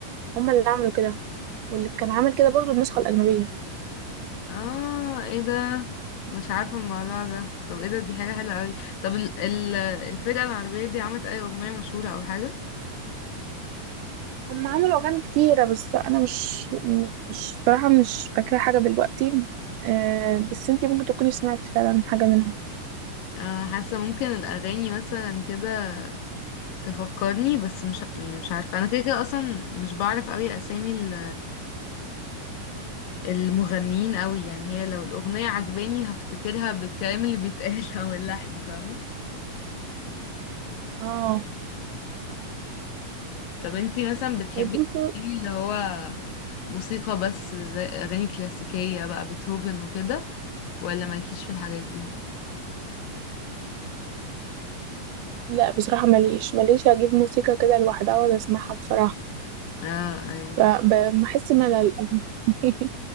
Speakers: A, on the right (about 75°); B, on the left (about 85°).
A: هما اللي عملوا كده واللي كان عمل كده برضو النسخة الأجنبية
B: اه ايه ده مش عارفة الموضوع ده طب ايه ده دي حاجة حلوة اوي طب ال ال الفرقة العربية دي عملت اي اغنية مشهورة او حاجة
A: هما عملوا أغاني كتيرة بس أنا مش مش صراحة مش فاكرة حاجة دلوقتي آه، بس انتي ممكن تكوني سمعتي فعلا حاجة منهم
B: آه حاسة ممكن الاغاني مثلا كده تفكرني بس مش يعني مش عارفة انا كده كده اصلا مش بعرف اوي اسامي ال- المغنيين اوي يعني هي لو الاغنية عجباني هفتكرها بالكلام اللي بيتقال <laughs> او اللحن فاهمة
A: اه
B: طب انتي مثلا بتحبي
A: طيب انتي
B: ايه اللي هو موسيقى بس زي أغاني كلاسيكية بقى بيتهوفن وكده ولا مالكيش في الحاجات دي
A: لا بصراحة ماليش ماليش اجيب موسيقى كده لوحدها واقعد اسمعها بصراحة
B: اه ايوه
A: فبحس ملل أوي. <laughs>